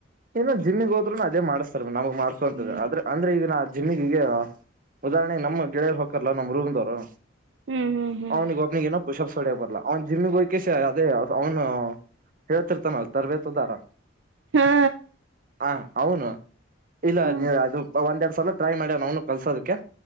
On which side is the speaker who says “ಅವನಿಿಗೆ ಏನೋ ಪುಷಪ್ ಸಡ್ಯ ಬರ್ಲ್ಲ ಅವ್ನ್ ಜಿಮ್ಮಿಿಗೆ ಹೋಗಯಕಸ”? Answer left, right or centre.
Right